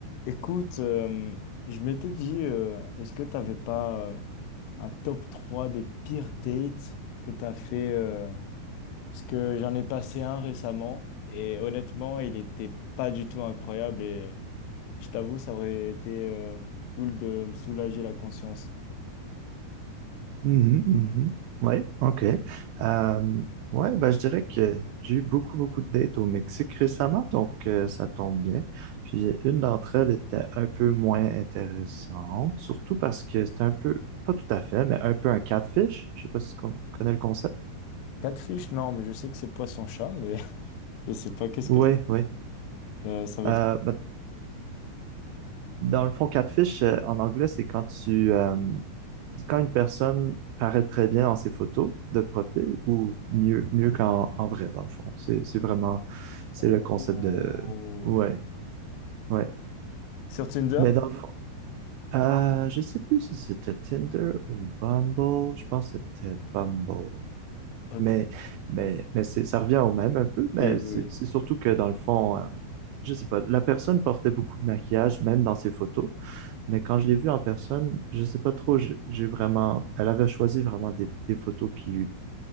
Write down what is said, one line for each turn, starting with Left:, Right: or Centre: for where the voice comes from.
Left: Écoute, euh, je m'étais dit, euh, est-ce que tu n'avais pas euh, un top 3 des pires dates que tu as fait euh, Parce que j'en ai passé un récemment et honnêtement, il n'était pas du tout incroyable et je t'avoue, ça aurait été euh, cool de me soulager la conscience.
Right: Mhm, mhm. Ouais, ok. Euh, ouais, bah, je dirais que j'ai eu beaucoup, beaucoup de dates au Mexique récemment, donc euh, ça tombe bien. Puis une d'entre elles était un peu moins intéressante, surtout parce que c'était un peu, pas tout à fait, mais un peu un catfish. Je sais pas si tu con- connais le concept.
Left: Catfish, non, mais je sais que c'est poisson-chat, mais <laughs> je sais pas qu'est-ce
Right: Oui,
Left: que
Right: oui.
Left: Euh, ça veut
Right: Euh,
Left: dire.
Right: ben, Dans le fond, catfish, euh, en anglais, c'est quand tu, euh, quand une personne paraît très bien dans ses photos de profil ou mieux, mieux qu'en en vrai, dans le fond. C'est, c'est vraiment, c'est
Left: Oh.
Right: le concept de, ouais, ouais.
Left: Sur Tinder?
Right: Mais dans le fond, euh, je sais plus si c'était Tinder ou Bumble. Je pense que c'était Bumble.
Left: Ok.
Right: Mais, mais, mais c'est, ça revient au même un peu, mais
Left: Oui, oui,
Right: c'est
Left: oui.
Right: c'est surtout que dans le fond, euh, je sais pas, la personne portait beaucoup de maquillage, même dans ses photos. Mais quand je l'ai vue en personne, je sais pas trop, j'ai j'ai vraiment, elle avait choisi vraiment des, des photos qui lui,